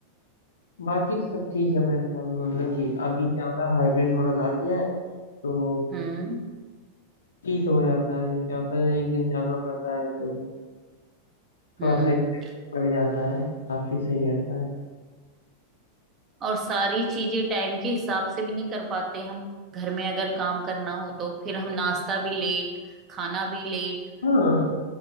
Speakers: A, on the left; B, on the right.
A: बाकी तो सब ठीक है मेरे ख्याल में मतलब कि अभी क्या होता है हाइब्रिड मॉडल आ गया है तो
B: हम्म
A: ठीक हो जाता है अभी क्या होता है एक दिन जाना पड़ता है तो थोड़ा
B: हम्म
A: सा इन्फेक्शन बढ़ जाता है काफी सही रहता है
B: और सारी चीजें टाइम के हिसाब से भी नहीं कर पाते हम घर में अगर काम करना हो तो फिर हम नाश्ता भी लेट खाना भी लेट
A: हाँ